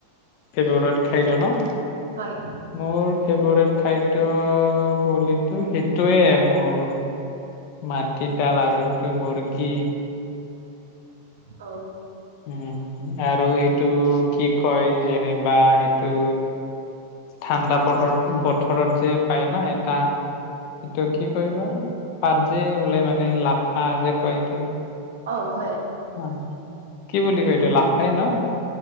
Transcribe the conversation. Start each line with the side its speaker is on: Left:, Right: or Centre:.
Left: ফেভৰেট খাদ্য ন।
Right: হয়।
Left: মোৰ ফেভৰেট খাদ্য বুলিতো। সেইটোৱে মোৰ মাটিডাল আৰু সেইটো মুৰ্গী।
Right: অ
Left: উম আৰু ইটো কি কয় যেনিবা সেইটো- ঠাণ্ডা বতৰত বথৰত যে পায় না এটা- এইটো কি কৰিবা পাত যে ওলাই মানে লাফা যে কয় এইটো-
Right: অঁ হয়।
Left: অ কি বুলি কয় এইটো লাফাই ন।